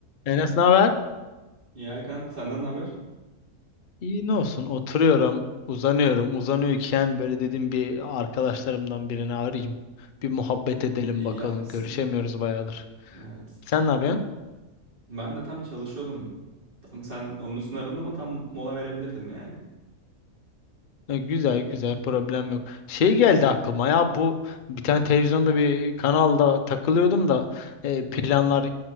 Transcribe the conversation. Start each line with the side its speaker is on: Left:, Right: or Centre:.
Left: Enes ne haber?
Right: İyi Erkan, senden ne haber?
Left: İyi ne olsun oturuyorum uzanıyorum uzanıyorken böyle dedim bir arkadaşlarımdan birini arayayım. Bir muhabbet edelim
Right: İyi
Left: bakalım
Right: yapmışsın.
Left: görüşemiyoruz bayağıdır.
Right: Evet.
Left: Sen ne yapıyorsun?
Right: Ben de tam çalışıyordum. Tam sen onun üstüne aradın ama tam mola verebilirdim yani.
Left: E, güzel güzel problem yok. Şey geldi aklıma ya bu bir tane televizyonda bir kanalda takılıyordum da e, planlar